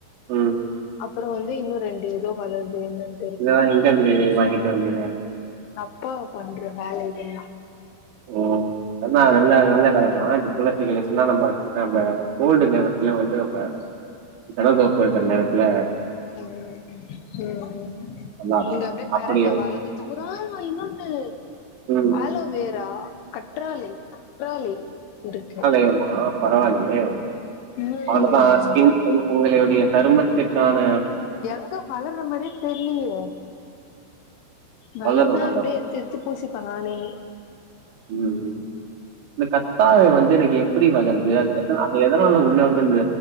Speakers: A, on the right; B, on the left.
A: ம்.
B: அப்பறோ வந்து இன்னு ரெண்டு எதோ வளருது என்னன்
A: இதலா எங்கர்ந்து வாங்கிட்டு வந்திங்க?
B: எங்க அப்பா பண்ற வேல இதேல்லா.
A: ஓ நல்லா நல்ல வேலதா இந்த துளசி கிளசி எல்லா நம்ப வச்சு நம்ப கோல்டு நேரத்ல வந்து நம்ப ஜலதோஷோ இருக்கற நேரத்ல
B: ம் ம் ம் ம் ம் ம்.
A: நல்லாருக்கும்.
B: இங்க அப்டியே
A: அப்படியா?
B: பெரண்ட வளந்து தொங்குது ஆ இன்னொன்னு
A: ம்.
B: ஆலோவேரா கற்றாழை கற்றாழை இருக்கு.
A: ஏம்மா பரவாலையே
B: ம்
A: அவனதா ஸ்கின் உங் உங்களையுடைய சருமத்திர்க்கான
B: எங்க வளர்ற மாரியே தெரிலியே வளந்தா
A: வளரும் வளரும்.
B: அப்டே எத்தெ த்து பூசிப்ப நானே.
A: ம், ம். இந்த கத்தாழை வந்து எனக்கு எப்பிடி வளருது அது எத அது எதனால உள்ள வந்து அந்த